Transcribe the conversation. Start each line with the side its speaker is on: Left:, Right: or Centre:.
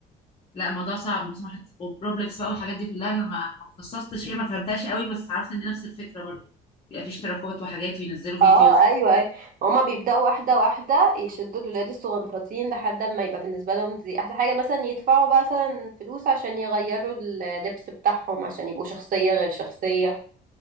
Left: لا الموضوع صعب بص واحد وبروبلكس بقى والحاجات دي كلها انا ما ما اتخصصتش فيها ما فهمتهاش قوي بس عرفت ان نفس الفكره برضه بيبقى في اشتراكات وحاجات وينزلوا
Right: اه
Left: فيديوز
Right: ايوه ايوه هما بيبداوا واحده واحده يشدوا الولاد الصغنطاطين لحد ما يبقى بالنسبه لهم دي احلى حاجه مثلا يدفعوا بقى مثلا فلوس عشان يغيروا اللبس بتاعهم عشان يبقوا شخصيه غير شخصيه